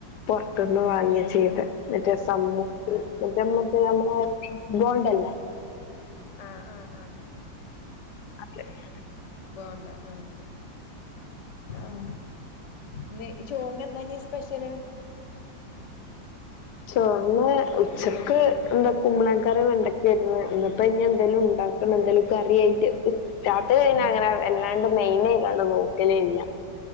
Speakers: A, on the left (about 65°); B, on the left (about 45°).
A: പൊറത്തന്ന് വാങ്ങാ ചെയ്ത് മറ്റേ സമൂസ <unintelligible>
B: ആഹ്
A: പോലെ തന്നെ നമ്മളേ ബോണ്ടല്ലേ
B: ആഹ് ആഹ് ആഹ്
A: <unintelligible>
B: ബോണ്ട ആഹ് ആഹ് ഇനി ചോറിന് എന്താ ഇഞ്ഞി സ്പെഷ്യല്
A: ചോറ്ന് ഉച്ച ക്ക് എന്താ കുമ്പളങ്ങ കറി വെണ്ടക്കായിരുന്നു ഇഞ്ഞിപ്പോ ഇനി എന്തേലും ഇണ്ടാക്കണം എന്തേലും കറിയായിട്ട് രാത്രി കയ്ഞ്ഞ
B: ഉം
A: അങ്ങനെ വല്ലാണ്ട് മെയിനയിക്കാണ്ട് നോക്കലില്ല